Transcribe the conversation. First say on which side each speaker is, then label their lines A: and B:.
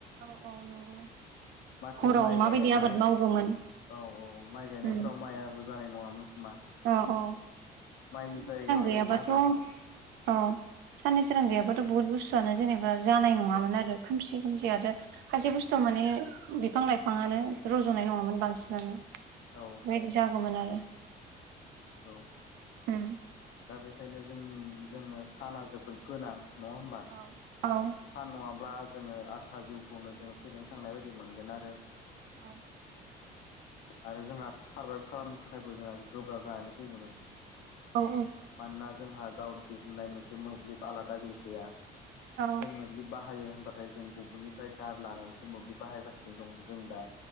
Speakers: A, on the right (about 80°); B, on the left (about 85°).
A: औ औ नंगौ।
B: मा
A: हराव
B: थिग माइ
A: माबायदि
B: गायनाय
A: आबाद
B: माइ,
A: मावगौमोन
B: औ औ। माइ गायनायफ्राव
A: उम
B: माइ आबो जानाय नङामोन खोमा।
A: औ औ।
B: माइनि
A: साननि
B: जायगायाव
A: सोरां गैयाबाथ,
B: जों मा जागौमोन
A: ' अ। साननि सोरां गैयाबाथ' बुहुत बुस्तुआनो जेनेबा जानाय नङामोन आरो। खोमसि खोमसि
B: औ
A: आरो खायसे बुस्थुआ माने बिफां लाइफाङानो रज'नाय नङामोन बांसिनानो।
B: औ।
A: बेबायदि जागौमोन आरो।
B: नंगौ।
A: उम
B: दा बेखायनो जों-जोंनो साना जोबोद गोनां। नङा होमबा?
A: औ औ
B: सान नङाब्ला जोङो आधा जिउखौनो जोङो फेलें थांनाय बायदि मोनगोन आरो।
A: औ।
B: आरो जोंहा सारभाइब खालामनो थाखायबो जोंहा गोब्राब जानानै फैगौमोन।
A: औ औ।
B: मानोना जोंहा गाव दिहुननाय मोनसे मोब्लिब आलादा गैखाया।
A: औ
B: जोंनो मोब्लिब बाहायो होनबाथाय जों गुबुननिफ्राय दाहार लानानैसो मोब्लिब बाहायगासिनो दं जों दा।